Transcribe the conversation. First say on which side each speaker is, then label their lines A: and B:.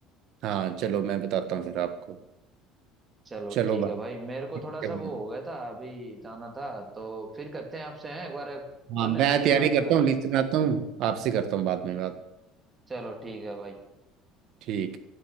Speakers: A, on the right (about 55°); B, on the right (about 15°).
A: हाँ चलो मैं बताता हूँ फिर आपको
B: चलो
A: चलो
B: ठीक
A: भाई
B: है भाई मेरे
A: ठीक
B: को थोड़ा सा
A: है भाई।
B: वो हो गया था अभी जाना था तो फिर करते हैं आपसे हैं एक बार
A: हाँ
B: कर लेना
A: मैं
B: आप
A: तैयारी
B: प्लानिंग
A: करता
B: वगैरह
A: हूँ लिस्ट बनाता हूँ आपसे करता हूँ बाद में बात
B: चलो ठीक है भाई
A: ठीक